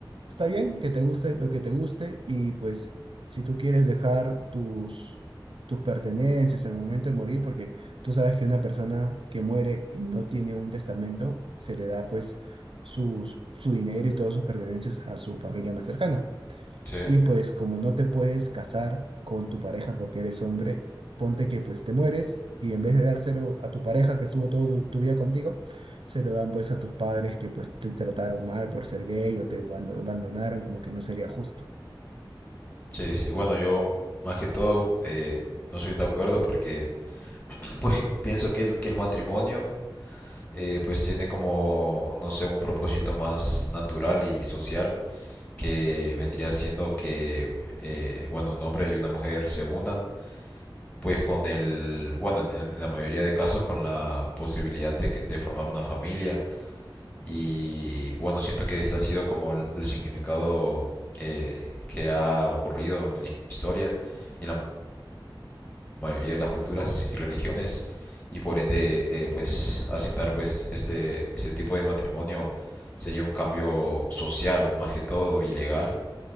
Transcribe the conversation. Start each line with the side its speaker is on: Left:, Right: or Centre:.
Right: está bien que te guste lo que te guste y pues si tú quieres dejar tus tus pertenencias al momento de morir, porque tú sabes que una persona que muere y no tiene un testamento, se le da pues sus, su dinero y todas sus pertenencias a su familia más cercana.
Left: Sí,
Right: Y pues como no te puedes casar con tu pareja porque eres hombre, ponte que pues te mueres y en vez de dárselo a tu pareja que estuvo toda tu, tu vida contigo, se lo dan pues a tus padres que pues te trataron mal por ser gay o te abando- abandonaron, como que no sería justo.
Left: sí, sí. Bueno, yo más que todo eh, no soy de acuerdo porque <clears throat> pues pienso que el, que el matrimonio eh, pues tiene como, no sé, un propósito más natural y, y social que vendría siendo que, eh, bueno, un hombre y una mujer se unan pues con el, bueno, en, en la mayoría de casos con la posibilidad de, que- de formar una familia Y bueno, siento que este ha sido como el, el significado eh, que ha ocurrido en la historia y en la mayoría de las culturas y religiones y por ende eh, pues aceptar pues este, este tipo de matrimonio sería un cambio social más que todo y legal